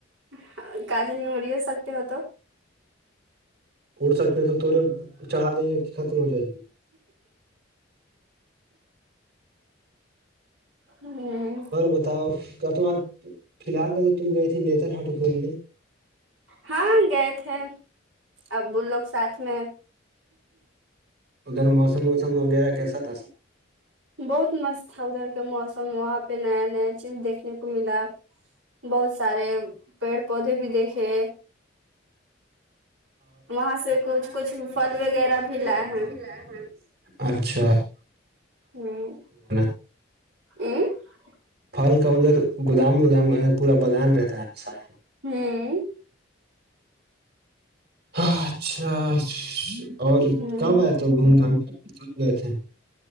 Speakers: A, on the right; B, on the right.
A: ہ کاج نہیںوڑی ہو سکتے ہو تو
B: اڑ سکتے تو توورے چڑھا دیں گے کہ ختم ہو جائے گی
A: ہوں
B: بتاؤ کیا تم آج فی الحال کا تو تم گئے تے نیتر ہاٹ کھولنے
A: ہاں گئے تھے اب وہ لوگ ساتھ میں
B: ادھر موسم ووسم وغیرہ کیسا تھا سر
A: بہت مست تھا ادھر کا موسم وہاں پہ نیا نیا چیز دیکھنے کو ملا بہت سارے پیڑ پودے بھی دیکھے وہاں سے کچھ
B: وہاں پہ کچھ
A: پھل
B: کچھل وغیرہ
A: بھی لائے ہیں
B: بھی لائے ہیں اچھا
A: ہ
B: <inaudible>
A: <inaudible>
B: پھل کا ادھر گودام وودام پورا بغان رہتا ہے
A: ہوں
B: اچھا اچھا اور
A: ہ
B: کب آے تھے گھوم گام کے کب گئے تھے